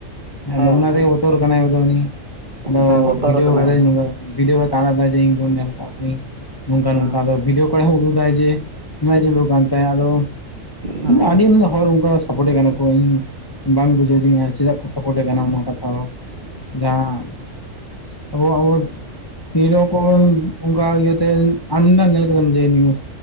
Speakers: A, on the left; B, on the right.
A: ᱟᱫᱚ
B: ᱦᱮᱸ
A: ᱚᱱᱟᱨᱮᱭ
B: ᱦᱮᱸ
A: ᱵᱚᱛᱚᱨ ᱟᱠᱟᱱᱟᱭ ᱟᱫ ᱩᱱᱤ ᱟᱫᱚ
B: ᱦᱮᱸ ᱵᱚᱛᱚᱨ
A: ᱵᱷᱤᱰᱤᱭᱳ
B: ᱟᱠᱟᱱᱟᱭ
A: ᱠᱟᱫᱟᱭ ᱱᱚᱝᱠᱟ ᱵᱷᱤᱰᱤᱭᱳ ᱠᱟᱛᱮ ᱟᱲᱟ ᱫᱟᱭ ᱤᱧ ᱫᱚ ᱧᱮᱞ ᱠᱟᱜ ᱠᱚᱣᱤᱧ ᱱᱚᱝᱠᱟ ᱱᱚᱝᱠᱟ
B: ᱦᱮᱸ
A: ᱫᱚ ᱵᱷᱤᱰᱤᱭᱳ ᱠᱚ ᱠᱚᱨᱮ ᱦᱚᱸ ᱩᱫᱩᱜ ᱫᱟᱭ ᱡᱮ ᱢᱮᱜ ᱡᱩᱞᱩᱜ ᱠᱟᱱ ᱛᱟᱭᱟ ᱟᱫᱚ
B: ᱦᱮᱸ
A: ᱟᱹᱰᱤ ᱦᱚᱲ ᱚᱱᱠᱟ ᱥᱟᱯᱳᱴᱮ ᱠᱟᱱᱟ ᱠᱚ ᱤᱧ ᱵᱟᱝ ᱵᱩᱡᱷᱟᱹᱣ ᱫᱤᱧ ᱪᱮᱫᱟᱜ ᱠᱚ ᱥᱟᱯᱳᱴ ᱮ ᱠᱟᱱᱟ ᱚᱱᱟ ᱠᱟᱛᱷᱟ ᱦᱚᱸ ᱡᱟᱦᱟᱸ ᱟᱵᱚ ᱟᱵᱚ ᱛᱤᱨᱚᱠᱚᱢᱚᱞ ᱚᱝᱠᱟ ᱤᱭᱟᱹᱛᱮ ᱟᱢᱫᱟ ᱧᱮᱞ ᱠᱮᱫᱟᱢ ᱡᱮ ᱱᱤᱭᱩᱥ